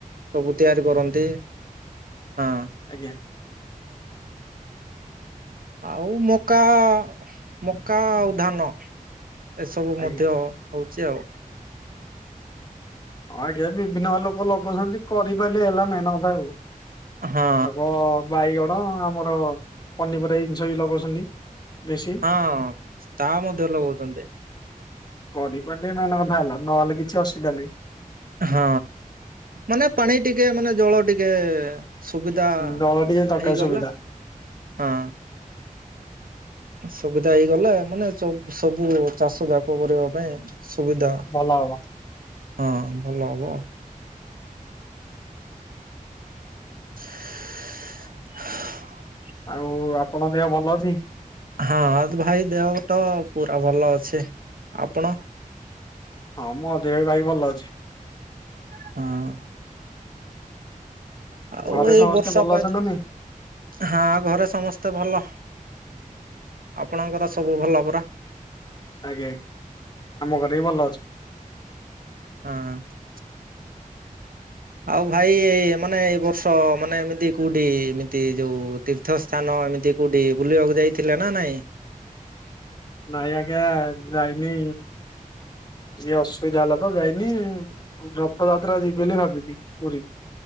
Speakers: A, on the right (about 80°); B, on the left (about 30°).
A: ସବୁ ତିଆରି କରନ୍ତି ହଁ।
B: ଆଜ୍ଞା।
A: ଆଉ ମକା-ମକା, ଆଉ ଧାନ ଏସବୁ
B: ଆଜ୍ଞା
A: ମଧ୍ୟ ହଉଛି ଆଉ।
B: ହଁ ଆଜ୍ଞା ବିଭିନ୍ନ ଲୋକ ଲଗାଉଛନ୍ତି କରିପାରିଲେ ହେଲା ମେହନ କଥା ଆଉ।
A: ହଁ
B: ଲୋକ ବାଇଗଣ ଆମର ପନିପରିବା ଜିନିଷ ବି ଲଗଉଛନ୍ତି। ବେଶୀ।
A: ହଁ ତା ମଧ୍ୟ ଲଗଉଛନ୍ତି।
B: କରିବା ଟି ମେନ୍ କଥା ହେଲା ନହେଲେ କିଛି ଅସୁବିଧା ନାହିଁ।
A: ହଁ, ମାନେ ପାଣି ଟିକେ ମାନେ ଜଳ ଟିକେ ସୁବିଧା
B: ଜଳ ଟିକେ ଦରକାର
A: ହେଇଗଲା
B: ସୁବିଧା
A: ହଁ। ସୁବିଧା ହେଇଗଲା ମାନେ ସବୁ ଚାଷ ଯାକ କରିବା ପାଇଁ। ସୁବିଧା
B: ଭଲ ହବ
A: ହଁ ଭଲ ହବ। <inaudible>
B: ଆଉ ଆପଣଙ୍କ ଦେହ ଭଲ ଅଛି?
A: ହଁ ଭାଇ ଦେହ ତ ପୁରା ଭଲ ଅଛି। ଆପଣ?
B: ହଁ ମୋ ଦେହ ବି ଭାଇ ଭଲ ଅଛି।
A: ହଁ। ଆଉ
B: ଘରେ
A: ଏଇ
B: ସମସ୍ତେ
A: ବର୍ଷା
B: ଭଲ
A: ପାଇଁ
B: ଅଛନ୍ତି
A: ତ
B: ନା ନାଇଁ?
A: ହଁ ଘରେ ସମସ୍ତେ ଭଲ? ଆପଣଙ୍କର ସବୁ ଭଲ ପୁରା?
B: ଆଜ୍ଞା ଆଜ୍ଞା। ଆମ ଘରେ ବି ଭଲ ଅଛ
A: ହଁ। ଆଉ ଭାଇ ଏଇ ମାନେ ଏଇ ବର୍ଷ ମାନେ ଏମିତି କୋଉଠି ଏମିତି ଯୋଉ ତୀର୍ଥ ର୍ଥ ସ୍ଥାନ ଏମିତି କଉଠି ବୁଲିବାକୁ ଯାଇଥିଲେ ନା ନାଇଁ?
B: ନାଇଁ ଆଜ୍ଞା ଯାଇନି। ଏଇଆ ଅସୁବିଧା ହେଲା ତ ଯାଇନି, ରଥଯାତ୍ରା ଯିବି ବୋଲି ଭାବିଛିି ପୁରୀ।